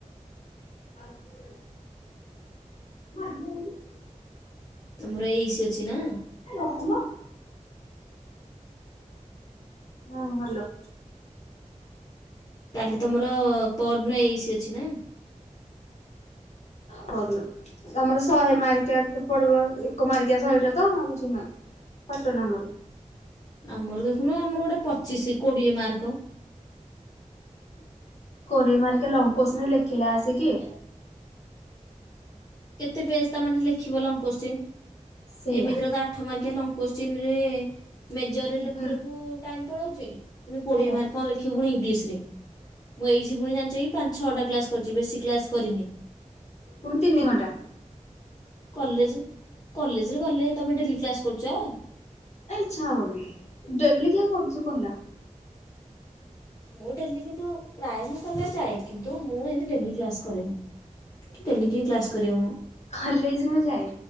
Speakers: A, on the left; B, on the left.
A: <unintelligible> <unintelligible>
B: ତମର ଏଇଶି ଅଛିନା?
A: ଏ ରହୁନ ହଁ ହାଲୋ।
B: ତାହେଲେ ତମର ପରଦିନ ଏଇ ସି ଅଛିନା?
A: ପଦିନ ଆମର ଶହେ ମାର୍କିଆ ପଡ଼ିବ ଏକ ମାର୍କିଆ ଶହେଟାତ ଆ <unintelligible> ପଟାନାଆମର
B: ଆମର ଦେଖୁନୁ ଆମର ଗୋଟେ ପଚିଶି କୋଡ଼ିଏ ମାର୍କ
A: କୋଡ଼ିଏ ମାର୍କିଆ ଲଙ୍ଗ କୋସ୍ଚିନ୍ ଲେଖିଲା ଆସିକି?
B: କେତେ ପେଜ ତାମାନେ ଲେଖିବ ଲଙ୍ଗ କୋଶ୍ଚିନ୍
A: ସେଇଆ
B: ଏମିତିରେତ ଆଠ ମାର୍ଗିଆ ଲଙ୍ଗ କୋଶ୍ଚିିନରେ ମେଜରରେ ଲେଖୁ
A: ହୁଁ
B: ଲେଖୁ ଟାଇମ ପଳାଉଚି ପୁଣି କୋଡ଼ିଏ
A: ସେଇଆ
B: ମାର୍କ କଣ ଲେ ଲଖିବ ପୁଣି ଇଂଲିଶରେ ମୁଁ ଏଇ ସି ପୁଣି ଜାଣିଚକି ପାଞ୍ଚ ଛଅଟା କ୍ଲାସ୍ କରିଚି ବେଶୀ କ୍ଲାସ୍ କରିନି।
A: ପୁଣି ତିନି ଘଣ୍ଟା।
B: କଲେଜ୍ କଲେଜରେ ଗଲେ ତମେ ଡେଲି କ୍ଲାସ୍ କରୁଚ?
A: ନା ଇଚ୍ଛା ହବନି ଡେଲି କିଏ କରୁଚି କହିଲା?
B: ମୁଁ ଡେଲି କିନ୍ତୁ ପ୍ରାୟ ମୁଁ କଲେଜ୍ ଯାଏ କିନ୍ତୁ ମୁଁ ହେନ୍ତି ଡେଲି କ୍ଲାସ୍ କରେନି। ଡେଲି କିଏ କ୍ଲାସ୍ କରିବ ମୋ।
A: କଲେଜ୍ ମୁଁ ଯାଏ।